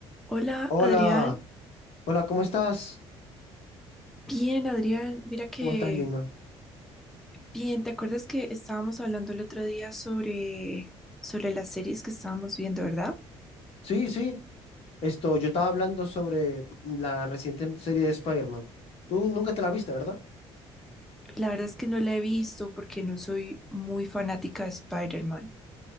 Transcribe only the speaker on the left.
Hola,
hola, ¿cómo estás?
¿Cómo estás, Lina?
Sí, sí, esto, yo estaba hablando sobre la reciente serie de Spider-Man. Tú nunca te la viste, ¿verdad?